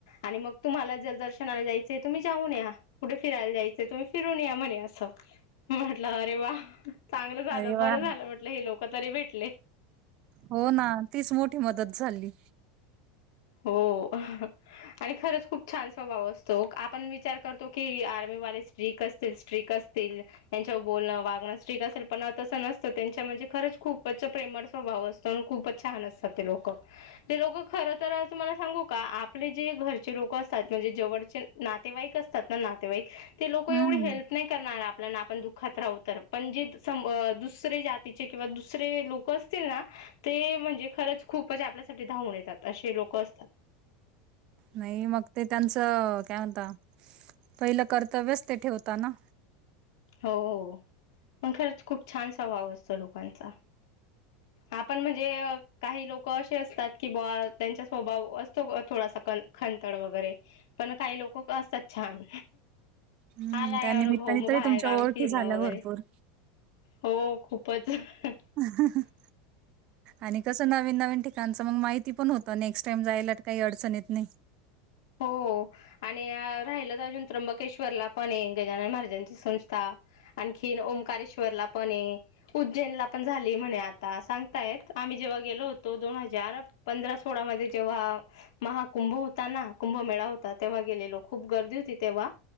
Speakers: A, on the left; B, on the right.
A: आणि मग तुम्हाला जर दर्शनाला जायचंय तुम्ही जाऊन या. कुठे फिरायला जायचंय तुम्ही फिरून या म्हणे असं म्हटलं अरे वा चांगलं झालं
B: अरे वा
A: बरं झालं म्हटलं हे लोक तरी भेटले
B: हो ना तीच मोठी मदत झाली.
A: हो हो आणि खरंच खूप छान स्वभाव असतो आपण विचार करतो की आर्मीवाले स्ट्रीक असतील. स्ट्रिक असतील त्यांच्यावर बोलणं वागणंच स्ट्रीक असेल पण तसं नसतं त्यांच्या म्हणजे खरंच खूपचं प्रेमळ स्वभाव असतो. खूपच छान असतात ते लोक ते लोक खरं तर तुम्हाला सांगू का आपले जे घरचे लोक असतात म्हणजे जवळचे नातेवाईक असतात ना नातेवाईक ते लोक एवढे
B: हम्म
A: हेल्प नाही करणार आप आपल्याना आपण दुःखात राहू तर पण जे स दुसरे जातीचे किंवा दुसरे लोक असतील ना ते म्हणजे खरंच खूपे आपल्यासाठी धावून येतात असे लोक असतात.
B: नाही मग ते त्यांचं काय म्हणता पहिलं कर्तव्यच ते ठेवता ना.
A: हो मग खरंच खूप छान स्वभाव असतो लोकांचा आपण म्हणजे काही लोक असे असतात की बा त्यांचा स्वभाव असतो थोडासा कण खंतड वगैरे पण काही लोक असतात छान
B: हम्म
A: आलाय
B: त्या निमित्ताने
A: अनुभव मग
B: तरी
A: बाहेर
B: तुमच्या
A: गावी
B: ओळखी
A: फिरणं
B: झाल्या
A: वगैरे
B: भरपूर
A: हो खूपचं
B: <unintelligible> आणि कसं नवीन नवीन ठिकाणचं मग माहिती पण होत नेक्स्ट टाइम जायला काही अडचण येत नाही.
A: हो. आणि राहिलं अजून त्र्यंबकेश्वरला पण गजानन महाराजांची संस्था आणखीन ओंकारेश्वरला पण आहे. उज्जैनला पण झाली म्हणे आता सांगतायेत आम्ही जेव्हा गेलो होतो दोन हजार पंधरा सोळामध्ये जेव्हा महाकुंभ होता ना कुंभमेळा होता तेव्हा गेलेलो खूप गर्दी होती तेव्हा